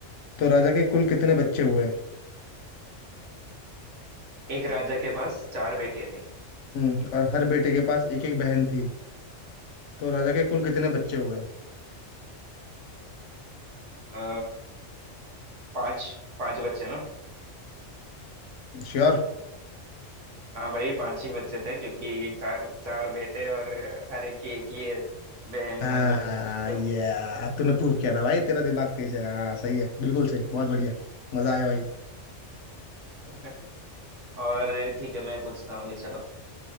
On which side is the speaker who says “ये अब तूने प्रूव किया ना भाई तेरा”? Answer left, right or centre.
Left